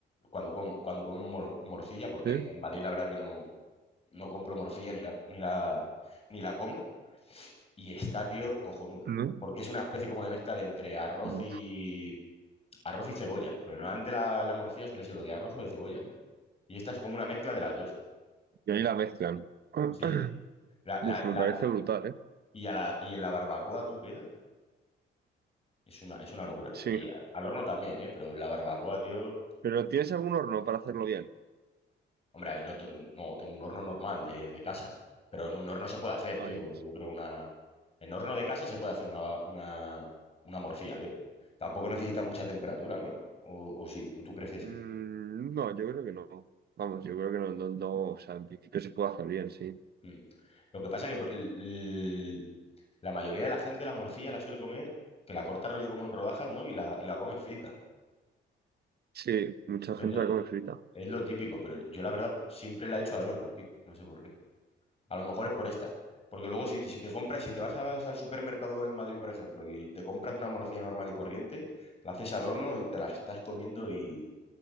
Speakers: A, on the left; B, on the right.
A: cuando como, cuando como mor- morcilla, porque
B: sí,
A: en Madrid la verdad que no, no compro morcilla ni la, ni la, ni la como, y está, tío, cojonuda.
B: ¿no?
A: Porque es una especie como de mezcla de entre arroz
B: Y
A: y arroz y cebolla. Pero normalmente la, la morcilla suele ser o de arroz o de cebolla, ¿no? Y esta es como una mezcla de las dos.
B: ahí la mezclan. <clears throat>
A: Sí. La,
B: Uf,
A: la,
B: me
A: la,
B: parece brutal, ¿eh?
A: y, a la, y en la barbacoa tú queda. Es una, es una locura.
B: Sí.
A: Y a- al horno también, ¿eh? Pero la barbacoa, tío.
B: ¿Pero tienes algún horno para hacerlo bien?
A: Hombre, a ver, no, te- no, tengo un horno normal de, de casa. Pero en un horno se puede hacer,
B: Adiós.
A: tío. Yo creo una. En horno de casa se puede hacer una, ba- una, una morcilla, bien. Tampoco necesita mucha temperatura, ¿no? O, o sí, ¿O tú crees que
B: Mm,
A: sí.
B: no, yo creo que no. Vamos, yo creo que no, no, no, O sea, en principio se puede hacer bien, sí.
A: Mm. Lo que pasa es que por- l- l- la mayoría de la gente la morcilla la suele comer, que la corta rollo como en rodajas, ¿no? Y la, y la come frita.
B: Sí, mucha
A: Es,
B: gente
A: de-
B: la come frita.
A: es lo típico, pero yo la verdad siempre la he hecho al horno, tío. No sé por qué. A lo mejor es por esta. Porque luego si, si te compras, si te vas a- al supermercado en Madrid, por ejemplo, y te compras una morcilla normal y corriente, la haces al horno y te la estás comiendo y